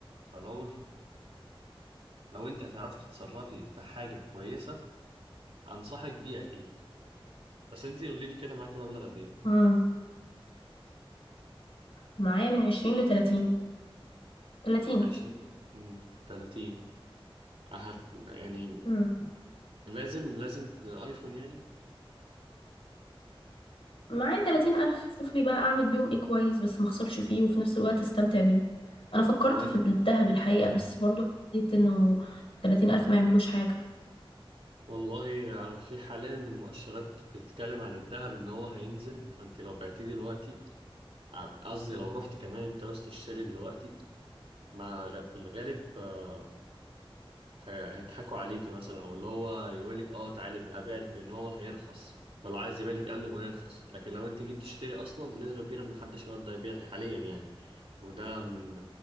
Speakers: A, on the right; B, on the left.
A: فلو لو انت هتعرفي تتصرفي في حاجة كويسة انصحك بيه اكيد بس انت قولي لي كده معاكي مبلغ قد ايه
B: امم معايا من 20 ل 30 30
A: عشرين تلاتين هت... يعني
B: امم
A: لازم لازم ايفون يعني
B: معايا 30 الف شوف لي بقى اعمل بيهم ايه كويس بس ما اخسرش فيه وفي نفس الوقت استمتع بيه انا فكرت
A: ما هو انت
B: في الذهب الحقيقه
A: مم.
B: بس برضو حسيت انه 30 الف ما يعملوش حاجه
A: والله آه، في حاليا المؤشرات بتتكلم عن الذهب ان هو هينزل فانت لو بعتيه دلوقتي آه، قصدي لو رحت كمان انت عاوز تشتري دلوقتي ما غ- في الغالب آه، هي- هيضحكوا عليكي مثلا او اللي هو يقولك اه تعالي ابيع لك ان هو هيرخص فلو عايز يبيع لك قبل ما يرخص لكن لو انت جيت تشتري اصلا بنسبه كبيره محدش يقدر يبيع حاليا يعني وده من